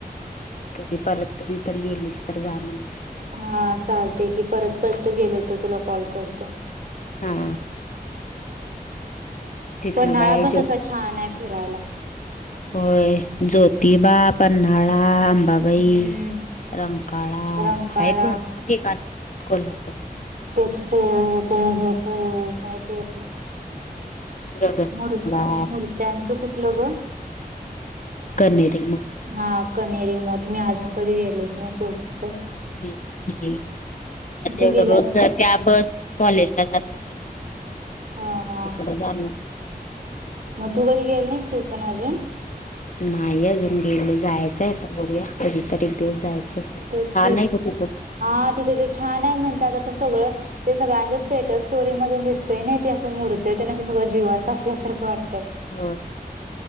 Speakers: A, on the left; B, on the right.
A: कधी परत कधी तर गेलीस तर जा म्हणूस
B: हा चालते की परत कसत गेल तर तुला कॉल करतो.
A: हा. तिथनं
B: पन्हाळा
A: काय
B: पण
A: जो
B: तसा छान आहे फिरायला.
A: होय ज्योतिबा पन्नाळाम बाबाई
B: हम्म
A: रमकाळा
B: रंकाळा
A: आहेत भरपूर ठिकाणे कोल्हापूरात
B: तेच की आणि का हे पण आहे काय ते आपलं.
A: गगनबावडा
B: मू मूर्त्यांचं कुठलं ग.
A: कनर.
B: हा कने रिमोट मी अजून कधी गेलोच नाही सोड तिथं.
A: मी पण नाही मी आता
B: तू
A: एवढ
B: गेलास
A: रोज जर
B: का
A: त्या बस. कॉलेजला जाते कनरी मठच्या खरं
B: हा हा
A: तिकड जाण कधी
B: मग तू कधी गेल नाहीस तू पण अजून
A: नाही अजून गेल जायचंय आता बघूया कधी तरी एक दिवस जायचं
B: तेच
A: छान
B: की
A: आहे ग तिथं पण
B: हा तिथं ते छान आहे म्हणतात असं सगळं. ते सगळ्यांच स्टेटस स्टोरी मधून दिसतय नाही ते असं मूर्त ते असं सगळं जिवंत असल्यासारखं वाटतं.
A: हो